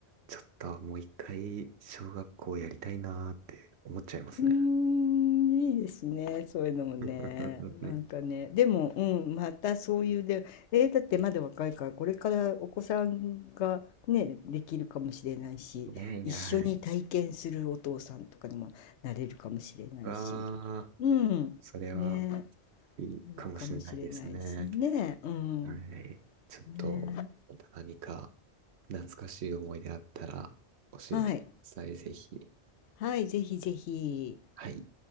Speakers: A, on the right (about 75°); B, on the left (about 85°).
A: ちょっともう一回、小学校やりたいなーって思っちゃいますね。
B: うーん、いいですね、そういうのもね。
A: <laughs>
B: なんかね、でも、うん、またそういうで、えーだってまだ若いから、これからお子さんがね、できるかもしれないし、
A: いやいや、
B: 一緒に体験するお父さんとかにもなれるかもしれないし、
A: はい。わあ、
B: うん、
A: それは
B: ね、
A: いいかもしれないですね。
B: いいかもしれないですね、うん、
A: はい。ちょっと、
B: ね、
A: また何か懐かしい思い出あったら教えてください、
B: はい、
A: ぜひ。
B: はい、ぜひぜひ。
A: はい。